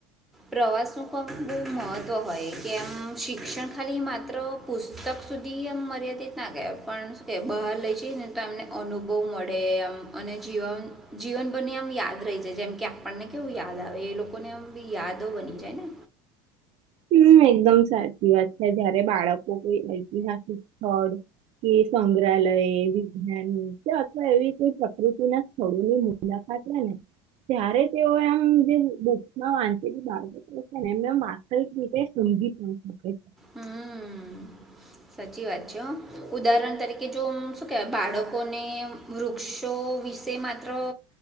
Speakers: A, in the centre; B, on the right.
A: પ્રવાસનું પણ બહુ મહત્ત્વ હોય કેમ શિક્ષણ ખાલી માત્ર પુસ્તક સુધી એમ મર્યાદિત ના કે પણ કે બહાર લઈ છે ને તો એમને અનુભવ મળે આમ અને જીવન જીવન બને આમ યાદ રહી છે જેમ કે આપણને કેવું યાદ યાદ આવે એ લોકોને આમ બી યાદો બની જાયને
B: હમ એકદમ સાચી વાત છે જયારે બાળકો કોઈ ઐતિહાસિક સ્થળ કે સંગ્રહાલય વિજ્ઞાાન કે અથવા એવી કોઈ પ્રકૃતિ ના સ્થળોની મુલા માત્રને ત્યારે તેઓ એમ જે બકમાં વાંચેલી બાળબતો છે ને એમ એમ કઈક રીતે સમજી ના શકે
A: હમ સાચી વાત છે ઉદાહરણ તરીકે જો શું કેવાય બાળકોને વૃક્ષો સો્વીસે માત્ર